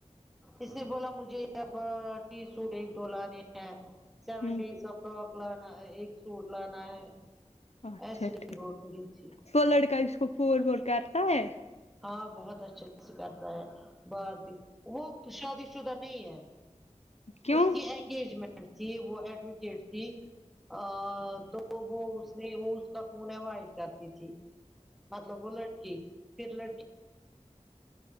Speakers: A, in the centre; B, on the left (about 60°).
A: اس نے بولا مجھے اب ٹی سوٹ ایک دو لانے ہیں سیون
B: ہوں
A: ڈیز آف فروک لانا ہے ایک سوٹ لانا ہے
B: اچھا
A: ایسے
B: ٹھیک
A: ہی بول رہی تھی
B: تو لڑکا اس کو فور وور کرتا ہے
A: ہاں بہت اچھے سے کرتا ہے بات بھی وہ شادی شدہ نہیں ہے
B: کیوں
A: اس کی انگیجمنٹ تھی وہ ایڈوکیٹ تھی ا تو وہ اس نے وہ اس کا فون اوائڈ کرتی تھی مطلب وہ لڑکی پھر لڑکی